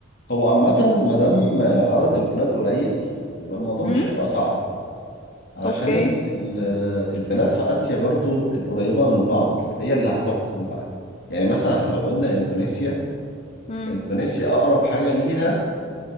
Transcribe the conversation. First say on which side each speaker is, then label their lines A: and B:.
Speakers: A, on the left; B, on the left.
A: هو عامة ما دام عدد البلاد قليل يبقى الموضوع
B: امم
A: مش هيبقى صعب علشان
B: اوكي
A: ال ال البلاد في آسيا برضو القريبة من بعض هي اللي هتحكم بقى يعني مثلا إحنا لو قلنا اندونيسيا
B: امم
A: فاندونيسيا اقرب حاجة ليها